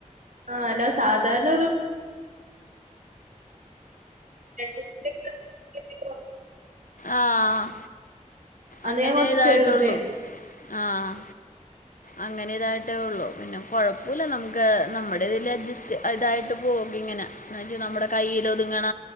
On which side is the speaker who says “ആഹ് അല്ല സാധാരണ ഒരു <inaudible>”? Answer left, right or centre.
Right